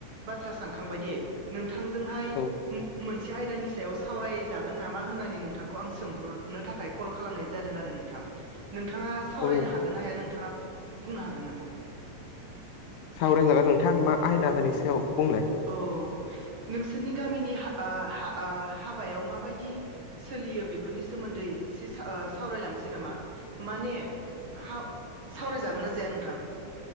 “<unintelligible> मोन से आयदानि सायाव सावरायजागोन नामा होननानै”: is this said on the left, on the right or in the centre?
Right